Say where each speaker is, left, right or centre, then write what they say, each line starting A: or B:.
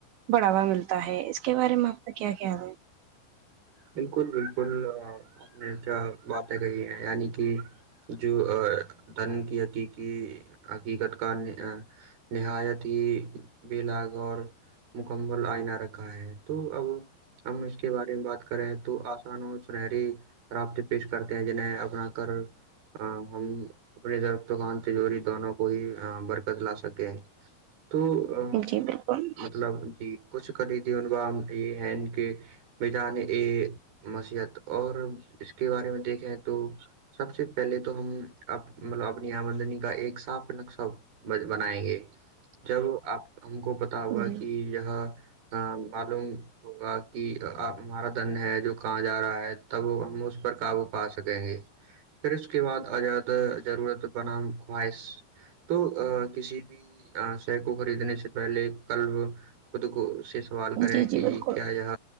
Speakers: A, on the right; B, on the right.
A: بڑھاوا ملتا ہے اس کے بارے میں آپ کا کیا خیال ہے
B: بالکل بالکل آپ نے کیا باتیں کہی ہیں یعنی کہ جو دن کی حقیقی حقیقت کا نہایت ہی بلاگور مکمل آئینہ رکھا ہے تو اب ہم اس کے بارے میں بات کر کر ہے تو آسا سنری رابط پیش کرتے ہیں جنیں اپنا گھر ہم اپنے درخ دکان سے جوڑی دونوں کو ہی برکت لا سکیں تو ا
A: ہے جی بالکل
B: مطلب جی کچھ خریدی ان کاام یہ ہیں کہ جان یہ مسیحت اور اس کے بارے میں دیکھیں تو سب سے پہلے تو ہم مطلب اپنی آمدنی کا ایک ساف نقشب بنائیں گے ضرور آپ ہم کو ہوگا
A: جی
B: کہ یہ معلوم ہوگا کہ مارت دن ہے جو کہاں جا رہا ہے تب ہم اس پر کاابو پا سکیں گے پھر اس کے بعد آد ضرورت بن خواہش تو کسی بھی س کو خریدنے سے پہلے کلب خود کو سے سوال کریں
A: جی جی
B: کہ
A: بالکل
B: کیا یہ